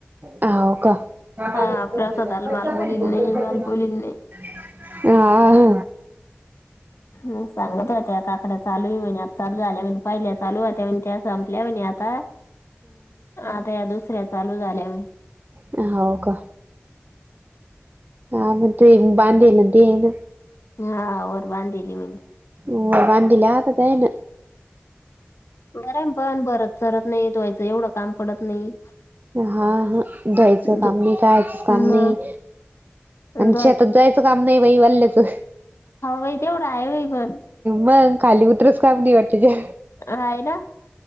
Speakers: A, on the right; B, on the left.
A: हव का. <unintelligible>
B: हा प्रसादाला माल बोलील नाही माल बोलील
A: हा
B: म सांगत त्या आकड्या चालू, आू झाल्या म्ह पहिल्या चालू त्या. <unintelligible> त्या संपल्या म्हन आता. आता या दुसऱ्या, चालू झाल्या व.
A: हा हो का. ह म ते बांधलं दे आहे ना.
B: हा वर बांधेली म्हणे.
A: वर बाधील्या आता तेन,
B: बर पण बरत चारत नाही, धुवाएच एवढं काम पडत नाही.
A: हा हा धुवायचं काम
B: धु-
A: नाही, कळायचंच काम
B: मग
A: नाही.
B: अन
A: आ शेतात जायचं काम नाही, बाई वाल्ल्याचं.
B: हई तेवढा आहेय पण,
A: मग खाली उतरच का वाटते ज.
B: अयना,